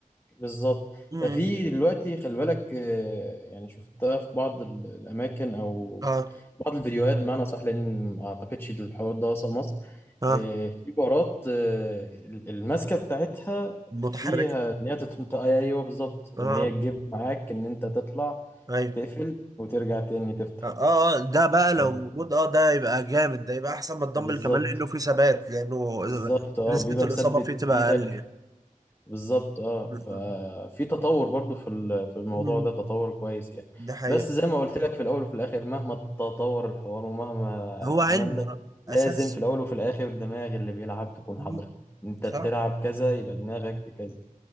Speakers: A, on the left; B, on the right.
A: بالظبط
B: امم
A: ده في دلوقتي خلي بالك آه، يعني شفتها في بعض ال- الاماكن او
B: اه
A: بعض الفيديوهات بمعنى صح لان ما اعتقدش الحوار ده وصل مصر
B: اه
A: آه، في بارات آه، ال- الماسكه بتاعتها
B: متحركة
A: فيها ان هي تت- ايوه بالظبط
B: اه
A: ان هي تجيب معاك ان انت تطلع
B: ايوه
A: تقفل وترجع تاني تفتح
B: اه آه، ده بقى لو
A: آه،
B: موجود اه ده يبقى جامد ده يبقى احسن من الدمبل
A: بالظبط
B: كمان لانه فيه ثبات لانه
A: بالظبط اه
B: نسبة
A: بيبقى مثبت
B: الاصابة فيه تبقى
A: ايدك
B: اقل يعني
A: بالظبط اه
B: <laughs>
A: ففي تطور برضو في ال- في الموضوع
B: مم.
A: ده تطور كويس يعني
B: ده حقيقة
A: بس زي ما قلت لك في الاول وفي الاخر مهما تطور الحوار ومهما
B: هو علم
A: عملنا
B: يا رب.
A: لازم
B: اساس
A: في الاول وفي الاخر الدماغ اللي بيلعب تكون
B: مم.
A: حاضرة انت
B: صح
A: بتلعب كذا يبقى دماغك في كذا